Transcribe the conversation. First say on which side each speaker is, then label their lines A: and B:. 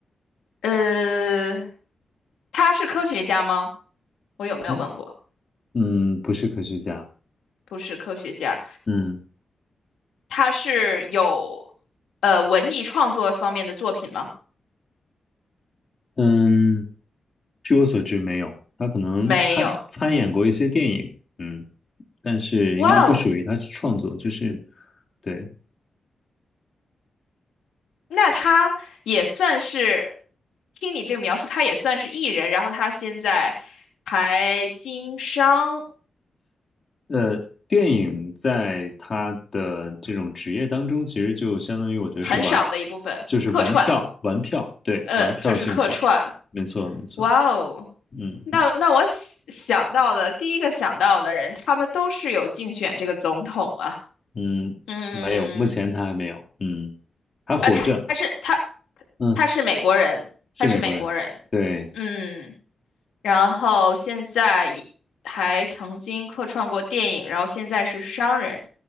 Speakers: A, on the left; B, on the left.
A: 呃，他是科学家吗？我有没有问过？
B: 嗯嗯，不是科学家，
A: 不是科学家。
B: 嗯
A: 他是有呃文艺创作方面的作品吗？
B: 嗯，据我所知没有，他可能参参演过一些电影，
A: 没有。
B: 嗯，但是应该不属于他是创作，
A: 哇哦，
B: 就是对，
A: 那他也算是，听你这个描述，他也算是艺人，然后他现在还经商
B: 呃，电影在他的这种职业当中，其实就相当于我觉得是玩，
A: 很少的一部分客串，
B: 就是玩票，玩票，对，
A: 嗯，
B: 玩票性质，
A: 就是客串。
B: 没错没错，
A: 哇哦，
B: 嗯
A: 那那我想想到的第一个想到的人，他们都是有竞选这个总统啊。
B: 嗯，
A: 嗯，
B: 没有，目前他还没有，嗯，还活着。
A: 啊，他他是他
B: 嗯，
A: 他是美国人，
B: 是美国人，
A: 他是美国人。
B: 对，
A: 嗯，然后现在也还曾经客串过电影，然后现在是商人。